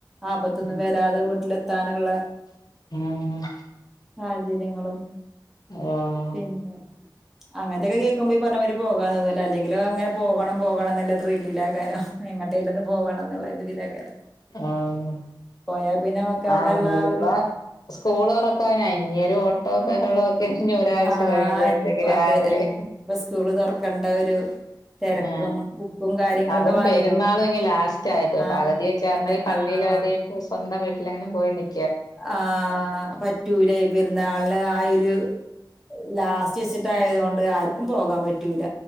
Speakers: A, in the centre; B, on the left.
A: ആപത്തൊന്നും
B: ഉം
A: വരാതെ വീട്ടിലെത്താനുള്ള
B: ആഹ്
A: സാഹചര്യങ്ങളും
B: ആഹ്
A: പിന്നെ അങ്ങനെത്തെക്കെ കേക്കുമ്പോ ഈ പറഞ്ഞ മാരി പോകാൻ തോന്നില്ല അല്ലെങ്കിലോ അങ്ങനെ പോകണം പോകണം എന്നള്ള ത്രില്ലില ആ കാരം എങ്ങട്ടേലൊന്ന് പോകണം എന്നുള്ള ഇട്തിലേക്കാര
B: ആഹ്
A: പോയാ പിന്നെ നമുക്ക് അവിടെള്ള
B: ആഹ് ഇനിയിപ്പ
A: ആ ഒരു
B: സ്കൂള് തൊറക്കാനായി ഞി ഒരു ഓട്ടോ ബഹളോ ഒ ക്കെച്ചിനി ഒരാഴ്ച്ച
A: ആഹ്
B: കഴിയുമ്പോഴത്തേക്ക്
A: ഇനിയിപ്പോ
B: രാവിലെ
A: അതെ ഇപ്പൊ സ്കൂള് തൊറക്കേണ്ട ഒരു തിരക്കും
B: ആഹ്
A: ബുക്കും കാര്യങ്ങളൊക്കെ
B: അതും
A: വാങ്ങിയോ
B: പെരുന്നാളും ഇങ്ങ് ലാസ്റ്റ് ആയപ്പോയി
A: ആഹ്
B: പകുതി ചേർന്നെങ്കിൽ
A: അതെ
B: പള്ളിയില്
A: ആഹ്
B: അവധി എടുത്തു സ്വന്തം വീട്ടെങ്കിലും പോയി നിൽ
A: ആഹ് പറ്റൂലയി പെരുന്നാളിന് ആ ഒരു ലാസ്റ്റ് വെച്ചിട്ട് ആയതുകൊണ്ട് ആർക്കും പോകാൻ പറ്റൂല